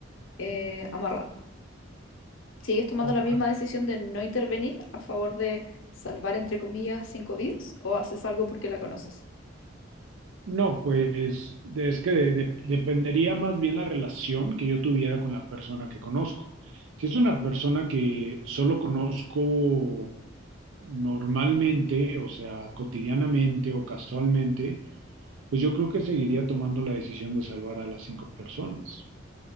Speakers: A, on the left; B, on the right.
A: eh, amarrada, ¿sigues tomando
B: o-
A: la misma decisión de no intervenir a favor de salvar, entre comillas, cinco vidas o haces algo porque la conoces?
B: No, pues de- es que de- de- dependería más bien la relación que yo tuviera con la persona que conozco. Si es una persona que solo conozco normalmente, o sea, cotidianamente o casualmente, pues yo creo que seguiría tomando la decisión de salvar a las cinco personas.